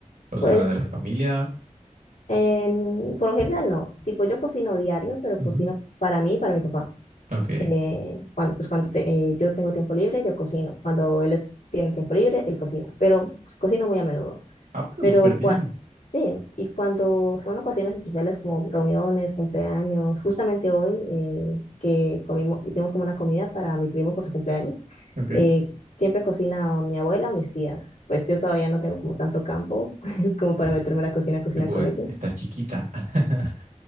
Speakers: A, on the right; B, on the left.
A: o
B: Pues,
A: sea, la de la familia.
B: en, por lo general no. Tipo, yo cocino diario, pero
A: Ujú.
B: cocino para mí y para mi papá.
A: Ok.
B: Eh, cuando, pues cuando te- eh, yo tengo tiempo libre, yo cocino. Cuando él es- tiene tiempo libre, él cocina. Pero pues, cocino muy a menudo.
A: Ah, pero
B: Pero
A: súper bien.
B: cuan- sí, y cuando son ocasiones especiales como reuniones, cumpleaños, justamente hoy eh, que comimos, hicimos como una comida para mi primo por su cumpleaños,
A: Ok.
B: eh, siempre cocina o mi abuela o mis tías. Pues yo todavía no tengo como tanto campo <laughs> como para meterme a la cocina a cocinar
A: Tú como,
B: con
A: "Es-
B: ellas.
A: está chiquita. <laughs>